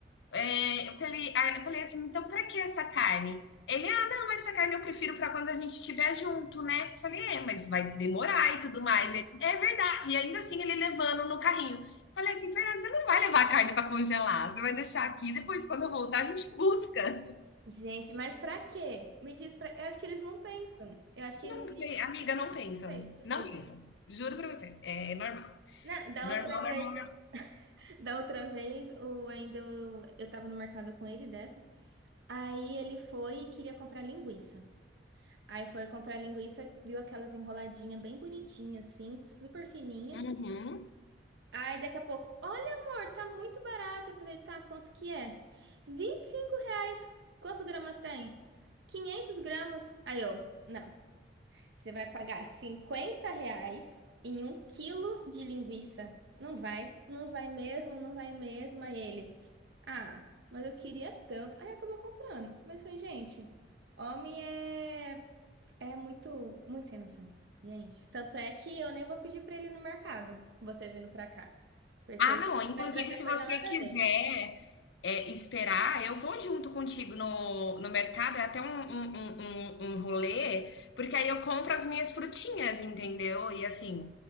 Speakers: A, on the left; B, on the right.
A: é, eu, falei, ah, eu falei assim, então para que essa carne? Ele, ah, não, essa carne eu prefiro para quando a gente estiver junto, né? Eu falei, é, mas vai demorar e tudo mais. Ele, é verdade. E ainda assim ele levando no carrinho. Eu falei assim, Fernando, você não vai levar a carne para congelar, você vai deixar aqui, depois quando eu voltar a gente busca.
B: Gente, mas pra quê? Me diz pra. Eu acho que eles não pensam. Eu acho que.
A: Não
B: Não
A: sei, amiga, não pensam,
B: sei, não sei.
A: não pensam. Juro para você, é normal.
B: Não, da
A: Normal,
B: outra vez.
A: normal.
B: Da outra vez, o Wendel, eu tava no mercado com ele dessa. Aí ele foi e queria comprar linguiça. Aí foi comprar linguiça, viu aquelas enroladinhas bem bonitinhas, assim, super fininha.
A: Uhum.
B: Aí daqui a pouco, olha amor, tá muito barato. Eu falei, tá, quanto que é? 25 reais. Quantos gramas tem? 500 gramas. Aí eu, não, você vai pagar 50 reais em um quilo de linguiça. Não vai, não vai mesmo, não vai mesmo. Aí ele. Ah, mas eu queria tanto. Aí acabou comprando. Mas foi, gente, homem é, é muito, muito sem noção. Gente, tanto é que eu nem vou pedir pra ele ir no mercado, você vindo pra cá. Porque
A: Ah, não, inclusive
B: vai trazer
A: se
B: coisa
A: você
B: nada
A: quiser,
B: a ver.
A: eh, esperar, eu vou junto contigo no no mercado, é até um um um um um rolê, porque aí eu compro as minhas frutinhas, entendeu. E assim,